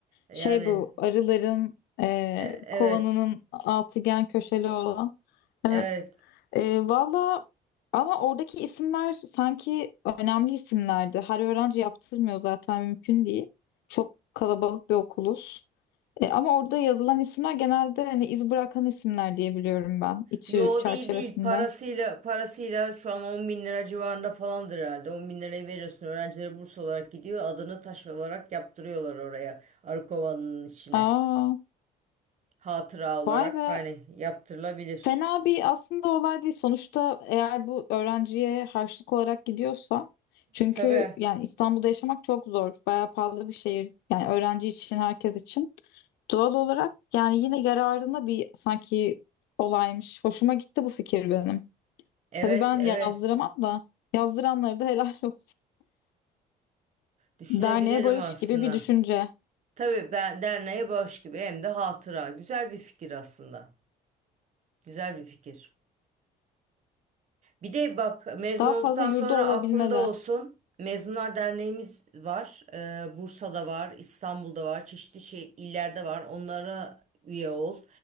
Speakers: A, on the right; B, on the left.
A: Yani
B: Şey bu arıların e,
A: e, evet.
B: kovanının altıgen köşeli olan
A: Evet.
B: Evet. Ee, valla ama oradaki isimler sanki önemli isimlerdi. Her öğrenci yaptırmıyor zaten mümkün değil. Çok kalabalık bir okuluz. Ee, ama orada yazılan isimler genelde hani iz bırakan isimler diye biliyorum ben. İTÜ
A: Yo
B: çerçevesinde.
A: değil değil parasıyla parasıyla şu an on bin lira civarında falandır herhalde On bin lirayı veriyorsun öğrencilere burs olarak gidiyor adını taş olarak yaptırıyorlar oraya arı kovanın içine
B: Aa,
A: hatıra olarak
B: vay be.
A: hani yaptırılabilir.
B: Fena bir aslında olay değil. Sonuçta eğer bu öğrenciye harçlık olarak gidiyorsa çünkü
A: Tabii
B: yani İstanbul'da yaşamak çok zor. Bayağı pahalı bir şehir. Yani öğrenci için, herkes için. Doğal olarak yani yine yararına bir sanki olaymış. Hoşuma gitti bu fikir benim.
A: evet
B: Tabii ben
A: evet
B: yazdıramam da yazdıranlara da <laughs> helal olsun.
A: düşünebilirim
B: Derneğe barış
A: aslında
B: gibi bir düşünce.
A: tabii ben derneğe bağış gibi hem de hatıra güzel bir fikir aslında güzel bir fikir. Bir de bak mezun
B: Daha
A: olduktan
B: fazla yurdu
A: sonra
B: olabilmeli.
A: aklında olsun. Mezunlar Derneğimiz var. Ee, Bursa'da var, İstanbul'da var, çeşitli şey, illerde var. Onlara üye ol.